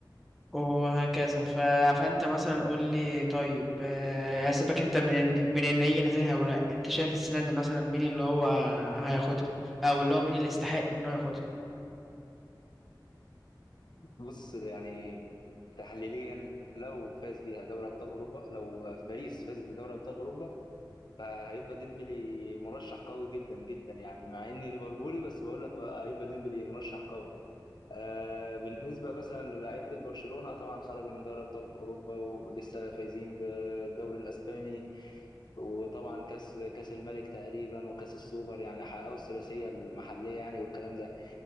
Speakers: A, in the centre; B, on the left (about 65°).
A: وهكذا ف... فانت مثلا قول لي طيب آه، هسيبك انت من إن- من ان هي نزاهه او لا انت شايف السنه دي مثلا مين اللي هو هياخدها او اللي هو مين اللي يستحق ان هو ياخدها
B: بص يعني تحليليا لو فاز بيها دوري ابطال اوروبا لو في باريس فازت بدوري ابطال اوروبا فهيبقى ديمبلي مرشح قوي جدا جدا يعني مع اني ليفربولي بس بقول لك هيبقى ديمبلي مرشح قوي آه بالنسبة مثلا للاعيبة برشلونة طبعا خرجوا من دوري أبطال أوروبا ولسه فايزين بالدوري الأسباني وطبعا كأس كأس الملك تقريبا وكأس السوبر يعني حققوا الثلاثية المحلية يعني والكلام ده